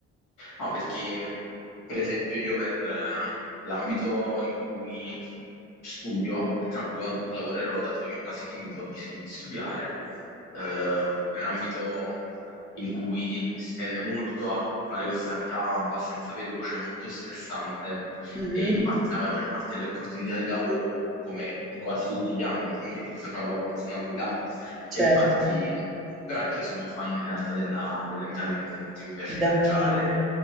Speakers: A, on the left; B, in the centre.
A: No, perché mh, per esempio io per eh, l'ambito in cui studio, e tra poco lavorerò, dato che ho quasi finito di, di studiare, eh, è un ambito in cui si tende molto a fare questa vita abbastanza veloce, molto stressante
B: Mhm,
A: e infatti la maggior parte delle opportunità di lavoro, come in quasi tutti gli ambiti, <laughs> sono, sono a Milano.
B: certo,
A: E infatti, però anche io sono un fan in realtà della, della vita lenta, infatti mi piace
B: da
A: viaggiare.
B: morire.